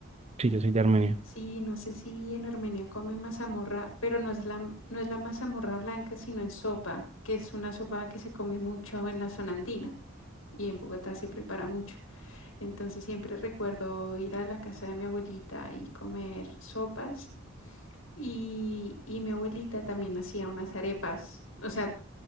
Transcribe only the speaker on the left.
Sí, no sé si en Armenia come mazamorra, pero no es la, no es la mazamorra blanca, sino en sopa, que es una sopa que se come mucho en la zona andina y en Bogotá se prepara mucho. Entonces siempre recuerdo ir a la casa de mi abuelita y comer sopas y, y mi abuelita también hacía unas arepas, o sea,